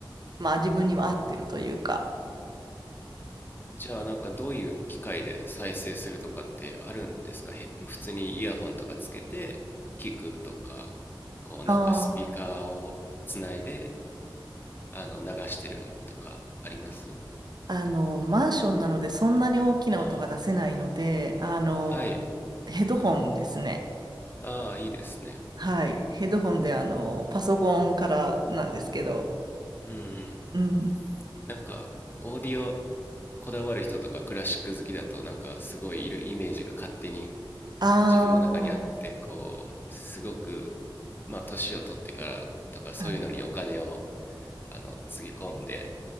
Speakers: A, on the right; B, on the left.
A: まあ自分には合ってるというか。
B: じゃあなんかどういう機会で再生するとかってあるんですかへ、普通にイヤホンとかつけて聞くとか、こうなんかスピーカーをつないで
A: あ
B: あの流してるとかあります
A: あの、マンションなのでそんなに大きな音が出せないので、
B: あ
A: あの、
B: あ。はい。
A: ヘッドホンですね。
B: ああ、いいですね。
A: はい。ヘッドホンで、あの、パソコンからなんですけど、
B: うんうん。
A: うん。
B: なんか、オーディオこだわる人とかクラシック好きだと、なんかすごいいるイメージが勝手に
A: ああ、
B: 自分の中にあって、こう、すごく、まあ、年を取ってからとか、そういうのにお金を、
A: はい。
B: あの、つぎ込んで、